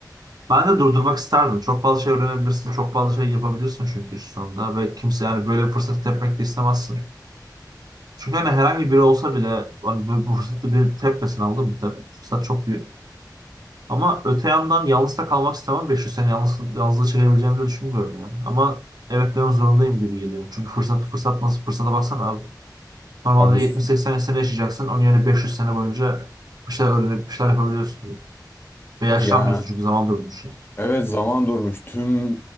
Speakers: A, on the right (about 65°); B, on the left (about 30°).
A: Ben de durdurmak isterdim. Çok fazla şey öğrenebilirsin. Çok fazla şey yapabilirsin çünkü şu sonunda. Ve kimse yani böyle bir fırsat tepmek de istemezsin. Çünkü hani herhangi biri olsa bile hani bu, bu fırsatı bir tepmesin aldın mı? Tep, fırsat çok büyük. Ama öte yandan yalnız da kalmak istemem. 500 sene yalnız, yalnızlığı çekebileceğimi de düşünmüyorum yani. Ama evet demek zorundayım gibi geliyor. Çünkü fırsat fırsat nasıl fırsata baksana abi. Normalde
B: abi s-
A: 70-80 sene yaşayacaksın. Onun yerine 500 sene boyunca bir şeyler öğrenip bir şeyler yapabiliyorsun diyor. Ve yaşlanmıyorsun
B: ya
A: çünkü zaman durmuş yani.
B: evet zaman durmuş. Tüm